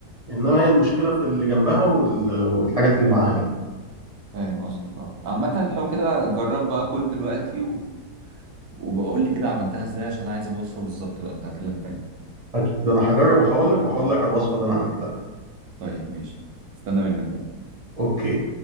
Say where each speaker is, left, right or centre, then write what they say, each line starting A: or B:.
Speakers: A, on the right; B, on the right.
A: انما هي المشكله في اللي جنبها وال- والحاجات اللي معاها يعني
B: فاهم قصدك اه عامه لو كده جرب بقى كل دلوقتي و... وبقول لي كده عملتها ازاي عشان عايز الوصفه بالظبط بقى بتاعت اللحمه دي
A: اكيد انا هجرب وهقول لك وهقول لك على الوصفه اللي انا عملتها
B: طيب ماشي استنى منك بقى
A: اوكي